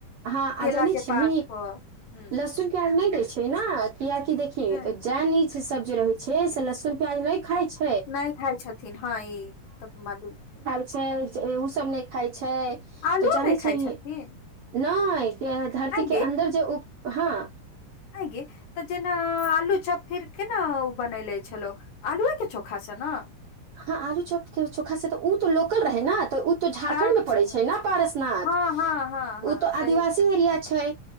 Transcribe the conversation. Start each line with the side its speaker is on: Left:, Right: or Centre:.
Right: हँ
Left: केला
Right: आ जानी
Left: के
Right: छिही
Left: पात पर ह
Right: लसुन प्याज नहि दै छै ने कियाकि देखि
Left: ह
Right: जैनि सब जे रहे छै से लसन प्याज नहि खाई छै
Left: नहि खााय छथिन हँ ई तब मालूम छै
Right: से ओ सब नहि खाइ छै
Left: आलूओ
Right: तऽ जानै
Left: नहि खाइ
Right: छी
Left: छथिन
Right: नहि से धरती
Left: आइ
Right: के अन्दर जे उग हँ
Left: आ गे तऽ जेना आलू चाप फिर केना ओ बनेले छलो आलुए के चोखा स ने
Right: हँ आलू चौक के चोखा से तऽ ओ तऽ लोकल रहै ने तऽ उ तो झारखण्ड
Left: अच्छा
Right: मे पड़ै छै
Left: अच्छा
Right: ने पारसनाथ
Left: हँ हँ हँ हँ
Right: ओ तऽ
Left: सही
Right: आदिवासी
Left: कहल
Right: एरिया छै